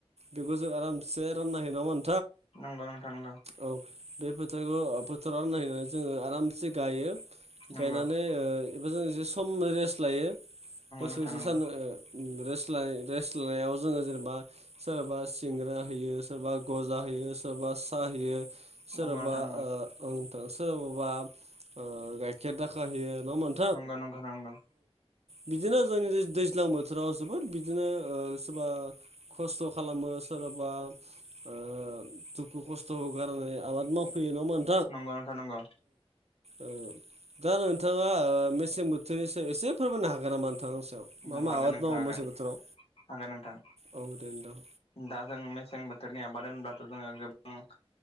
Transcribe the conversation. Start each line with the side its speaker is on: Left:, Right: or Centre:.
Right: बेखौ जों आरामसे रानना हैनांगोन
Left: नोंगौ नोंथां नोंगौ
Right: औ बे फोथारखौ फोथाराव नायनानै जोंङो आरामसे गायो
Left: नंगौ
Right: गायनानै ओ एबा जों एसे सम रेस्ट लायो दसे
Left: नोंथां
Right: दसे
Left: नंगौ
Right: सान ओ रेस्ट लानाय रेस्ट लानायाव जोंङो जेनेबा सोरबा सिंग्रा होयो सोरबा गजा होयो सोरबा सा होयो सोरबा
Left: नंगौ नोंथां नंगौ नोंथां नंगौ
Right: ओ सोरबाबा ओ गाइखेर दाखा होयो नोंङा ओमबा
Left: नंगौ नंगौ नंगौ
Right: बिदिनो जोंनि दैज्लां बोथोराव जोबोर बिदिनो ओ सोरबा खस्थ' खालामो सोरबाबा ओ दुखु खस्थ'खो गारनानै आबाद मावफैयो नोंङा ओम
Left: नंगौ नोंथां नंगौ
Right: ओ दा नोंथांङा ओ मेसें बोथोरनि सायाव एसे फोरमायनो हागोन नामा नोंथां सायाव मा
Left: हागोन
Right: मा आबाद
Left: नोंथां
Right: मावो
Left: हागोन
Right: मेसें बोथोराव
Left: हागोन नोंथां
Right: औ दे नोंथां
Left: दा जों मेसें बोथ थोरनि आबाद होनबाथ' जोंङो गोबां